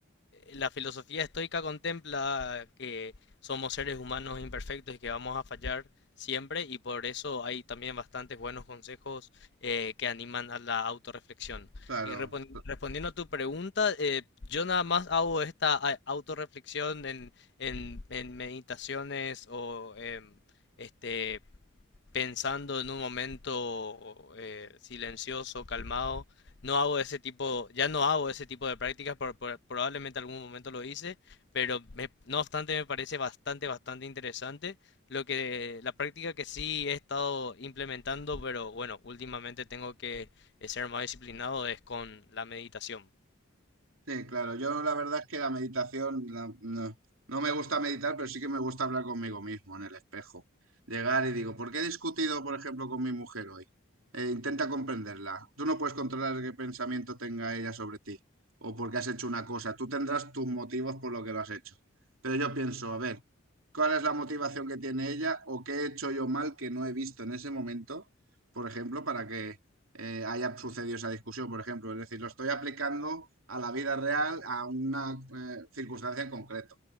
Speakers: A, on the left (about 55°); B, on the right (about 80°).
A: la filosofía estoica contempla que somos seres humanos imperfectos y que vamos a fallar siempre y por eso hay también bastantes buenos consejos eh, que animan a la autorreflexión.
B: claro.
A: Y repon- respondiendo a tu pregunta, eh, yo nada más hago esta a- autorreflexión en, en, en meditaciones o em, este, pensando en un momento eh, silencioso, calmado. No hago ese tipo, ya no hago ese tipo de prácticas, por- por- probablemente algún momento lo hice, pero me- no obstante me parece bastante, bastante interesante lo que la práctica que sí he estado implementando, pero bueno, últimamente tengo que eh, ser más disciplinado es con la meditación.
B: Sí, claro, yo la verdad es que la meditación la- no, no me gusta meditar, pero sí que me gusta hablar conmigo mismo en el espejo. Llegar y digo, ¿por qué he discutido, por ejemplo, con mi mujer hoy? Eh, intenta comprenderla. Tú no puedes controlar qué pensamiento tenga ella sobre ti o porque has hecho una cosa. Tú tendrás tus motivos por lo que lo has hecho. Pero yo pienso, a ver, ¿cuál es la motivación que tiene ella o qué he hecho yo mal que no he visto en ese momento, por ejemplo, para que eh, haya sucedido esa discusión, por ejemplo. Es decir, lo estoy aplicando a la vida real, a una eh, circunstancia en concreto.